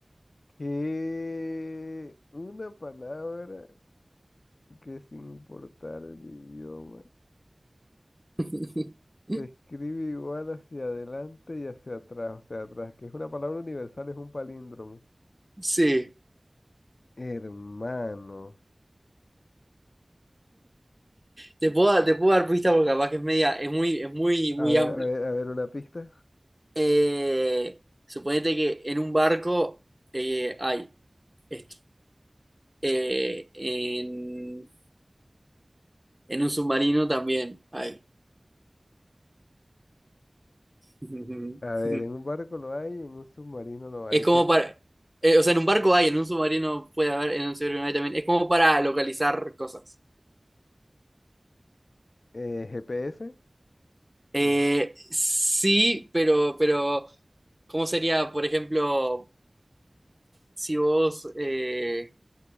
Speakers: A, on the left; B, on the right.
A: Que una palabra que sin importar el idioma
B: <laughs>
A: se escribe igual hacia adelante y hacia atrás, o sea, atrás, que es una palabra universal, es un palíndromo.
B: Sí,
A: Hermano.
B: te puedo, te puedo dar pistas porque capaz que es media, es muy, es muy, muy
A: A ver,
B: amplio.
A: a ver, a ver una pista.
B: Eh, suponete que en un barco eh, hay esto. Eh, en, en un submarino también hay. <laughs>
A: A ver, en un barco lo hay, en un submarino lo hay.
B: Es como
A: ¿Qué ti-
B: para, eh, o sea, en un barco hay, en un submarino puede haber, en un submarino no hay también. Es como para localizar cosas.
A: eh, GPS?
B: Eh,
A: No.
B: sí, pero, pero, ¿cómo sería, por ejemplo, si vos, eh,